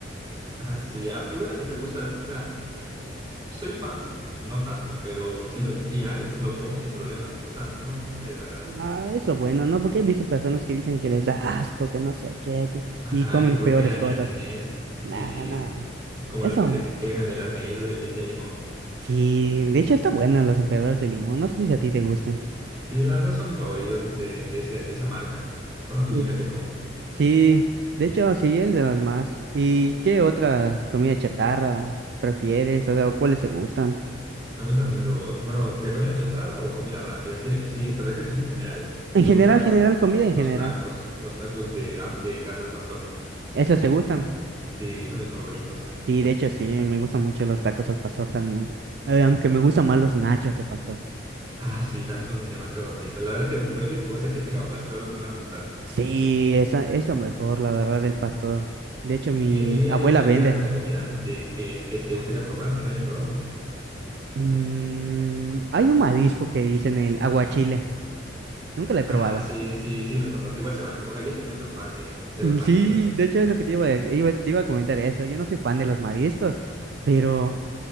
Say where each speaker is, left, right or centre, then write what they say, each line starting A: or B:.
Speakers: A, on the right; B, on the right.
A: Ah, sí, a- igual a mí me gusta, o sea, mm, soy fan, no tanto, pero si, lo, si hay, lo como sin problemas, o sea, no, no me desagrada.
B: Ah, eso bueno, ¿no? Porque he visto personas que dicen que les da asco, que no sé qué, que-
A: Ajá,
B: y comen
A: que por
B: peores
A: qué añaden
B: cosas.
A: eso,
B: Nah,
A: sí,
B: nah.
A: como
B: Eso
A: los que se quejan de las galletas de, li- de limón.
B: Sí, de hecho está buena las emperadoras de limón. No sé si a ti te gustan.
A: Sí, la verdad son mis favoritos de, de, ese- de esa marca, son las
B: Mm.
A: únicas que como.
B: Sí, de hecho sí, es de las más. ¿Y qué otras comidas chatarra prefieres? O sea, ¿cuáles te gustan?
A: Me gustan los, bueno, de comida chatarra o comida rápida. Si, si te refieres en general,
B: En
A: me
B: general,
A: gustan
B: general,
A: los,
B: comida en
A: los
B: general.
A: tacos, los tacos de, ap- de carne al pastor.
B: ¿Esas te gustan?
A: Sí, son mis favoritos.
B: Sí, de hecho sí, me gustan mucho los tacos al pastor también. Eh, aunque me gustan más los nachos de pastor.
A: Ah, sí, también son demasiado ricos. La verdad que cualquier cosa que tenga pastor me va a gustar.
B: Sí, esa, eso mejor, la verdad, del pastor. De hecho, mi
A: ¿Y a ti
B: abuela
A: hay, hay,
B: vende.
A: hay alguna comida de que, que te gustaría probar, que no hayas probado?
B: Mm, hay un marisco que dicen el aguachile. Nunca lo he probado.
A: Ah, sí, sí, sí, lo conozco. Igual se me antoja. Y eso que no soy fan de, de
B: Mm,
A: los mariscos.
B: Sí, de hecho es lo que te iba, a- iba- te iba a comentar eso. Yo no soy fan de los mariscos, pero